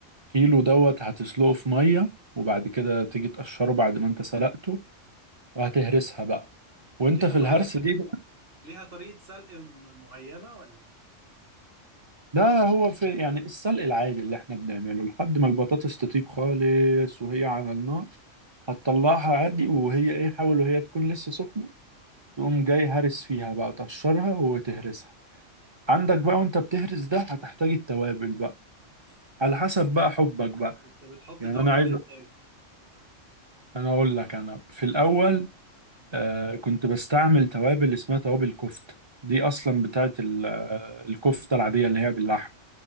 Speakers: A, on the right (about 25°); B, on the right (about 50°).
A: كيلو دوت هتسلقه في ميه وبعد كده تيجي تقشره بعد ما انت سلقته وهتهرسها بقى وانت
B: طب ليها
A: في
B: طريقة
A: الهرس دي
B: ليها طريقة سلق م- معينة ولا ايه؟
A: ده هو في يعني السلق العادي اللي احنا بنعمله لحد ما البطاطس تطيب خالص وهي على النار هتطلعها عادي وهي ايه حاول وهي تكون لسه سخنة تقوم جاي هرس فيها بقى تقشرها وتهرسها عندك بقى وانت بتهرس ده هتحتاج التوابل بقى على حسب بقى حبك بقى
B: انت بتحط
A: يعني
B: توابل
A: انا عايز
B: ايه طيب؟
A: انا اقول لك انا في الاول آه كنت بستعمل توابل اسمها توابل كفتة دي اصلا بتاعت ال- آه، الكفتة العادية اللي هي باللحم